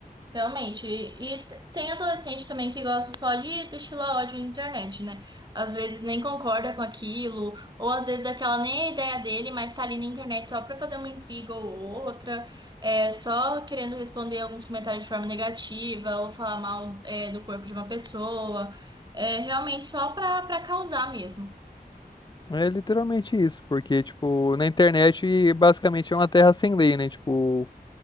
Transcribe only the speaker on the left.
É literalmente isso, porque, tipo, na internet basicamente é uma terra sem lei, né? Tipo,